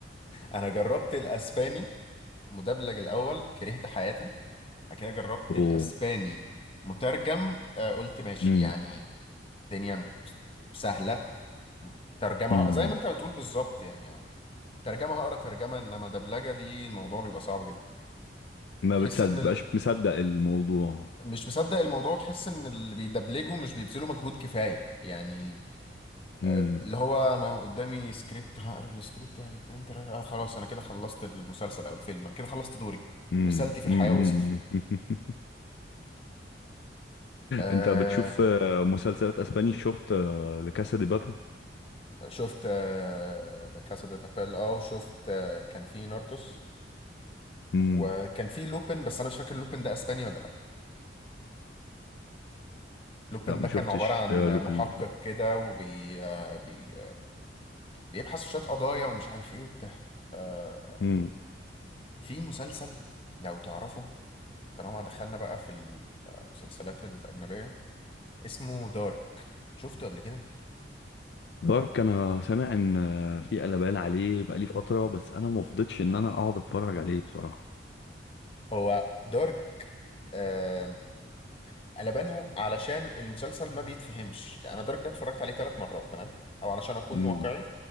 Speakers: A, on the left (about 30°); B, on the left (about 65°).
A: انا جربت الاسباني مدبلج الاول كرهت حياتي بعد كده جربت
B: اوه
A: الاسباني مترجم آه قلت ماشي
B: امم
A: يعني الدنيا سهلة ترجمة
B: أمم.
A: زي ما انت بتقول بالظبط يعني اه ترجمة هقرا ترجمة انما دبلجة دي الموضوع بيبقى صعب جدا
B: ما
A: تحس
B: بتصدق
A: ان ال...
B: بقاش مصدق الموضوع
A: مش مصدق الموضوع تحس ان اللي بيدبلجوا مش بيبذلوا مجهود كفاية يعني
B: امم
A: أم، اللي هو انا قدامي سكريبت هقرا السكريبت واحد اتنين تلاتة آه خلاص انا كده خلصت المسلسل او الفيلم انا كده خلصت دوري
B: مم،
A: رسالتي في
B: مم،
A: الحياة وصلت
B: مم، مم. <laughs>
A: <laughs> آه
B: انت بتشوف آه، مسلسلات اسباني شفت آه، لكاسا دي بابل
A: شفت آه لا كاسا دي بابيل اه وشفت آه كان في ناركوس
B: مم.
A: وكان في لوبن بس انا مش فاكر لوبن ده اسباني ولا لا لوبن
B: لا ما
A: ده
B: شفتش
A: كان عبارة عن
B: آه، لوبين
A: محقق
B: بصراحه
A: كده وبي آه، بي بيبحث في شوية قضايا ومش عارف ايه وبتاع آه
B: مم.
A: في مسلسل لو تعرفه طالما دخلنا بقى في المسلسلات الأجنبية اسمه دارك شفته قبل كده
B: دارك انا سامع ان آه، في قلبان عليه بقالي فتره بس انا ما فضيتش ان انا اقعد اتفرج عليه بصراحه
A: هو دارك آه قلبانه علشان المسلسل ما بيتفهمش أنا دارك ده اتفرجت عليه ثلاث مرات تمام أو علشان أكون
B: مم.
A: واقعي